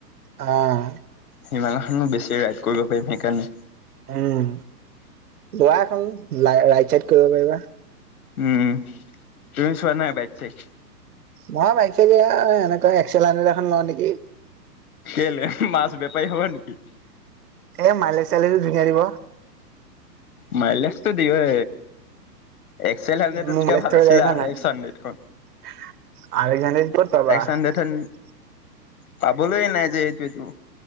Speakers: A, on the right (about 65°); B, on the left (about 55°).
A: অ'।
B: হিমালয়খনত বেছি ৰাইড কৰিব পাৰিম সেইকাৰণে।
A: উম, লোৱা এখন ৰাইট চাইড কৰিব পাৰিবা।
B: উম, তুমি চোৱা নাই বাইক চাইক?
A: মই বাইক চাইক এইয়া এনেকা একচেল হান্দ্ৰেদ এখন লওঁ নেকি।
B: কেলে মাছ বেপাৰী হ'ব নেকি?
A: এ মাইলেছ চাইলেজও ধুনীয়া দি'ব।
B: মাইলেছটো দিয়য়ে। এক্সেল হাড্ৰেডতকে
A: মোৰ মাইলেজ
B: ভাল
A: থকা
B: আছিলে
A: গাড়ী এখন
B: আৰ
A: লাগে
B: এক্স হাড্ৰেডখন।
A: <unintelligible>
B: হাণ্ড্ৰেডখন পাবলৈ নাই যে এইটো, এইটো।